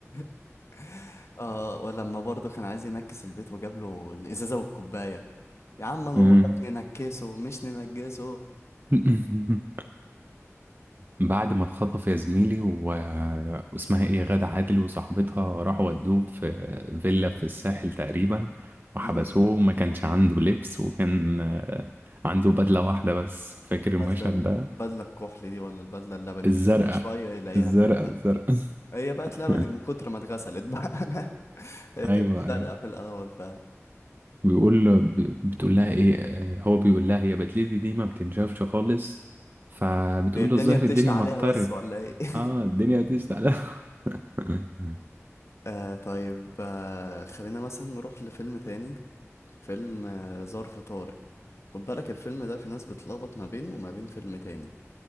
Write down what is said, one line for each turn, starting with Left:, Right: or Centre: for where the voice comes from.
Left: <laughs> اه ولما برضه كان عايز ينكس البيت وجاب له الازازه والكوبايه يا عم انا
Right: مم.
Left: بقول لك ننكسه مش ننجسه
Right: <laughs> بعد ما اتخطف يا زميلي و... واسمها ايه غادة عادل وصاحبتها راحوا ودوه في فيلا في الساحل تقريبا وحبسوه
Left: امم
Right: وما كانش عنده لبس وكان آه، عنده بدلة واحدة بس فاكر المشهد
Left: بدله البدله
Right: ده
Left: الكحل دي ولا البدله اللبني
Right: الزرقاء
Left: اللي كل شويه يلاقيها
Right: الزرقاء
Left: بتتبل
Right: الزرقاء
Left: هي بقت لبني
Right: <laughs>
Left: من كتر ما اتغسلت بقى <laughs> هي
Right: ايوه
Left: كانت
Right: ايوه
Left: زرقاء في الاول فعلا
Right: بيقول له- ب- بتقول لها ايه آه، هو بيقول لها هي بدلتي دي ما بتنشفش خالص فبتقول
Left: هي الدنيا
Right: له الظاهر
Left: بتشتي
Right: الدنيا
Left: عليها
Right: مطرت
Left: بس ولا ايه <laughs>
Right: اه الدنيا هتشتعل <laughs>
Left: آه طيب آه خلينا مثلا نروح لفيلم تاني فيلم آه ظرف طارق خد بالك الفيلم ده في ناس بتلخبط ما بينه وما بين فيلم تاني